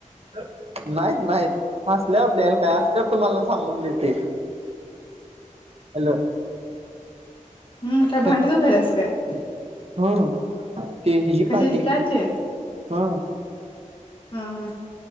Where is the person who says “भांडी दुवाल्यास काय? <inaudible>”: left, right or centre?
Left